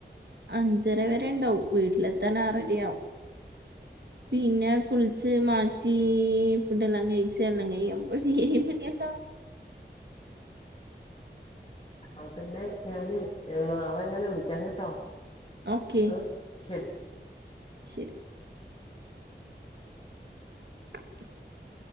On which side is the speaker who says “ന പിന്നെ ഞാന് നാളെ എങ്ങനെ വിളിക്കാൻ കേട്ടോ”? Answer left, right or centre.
Left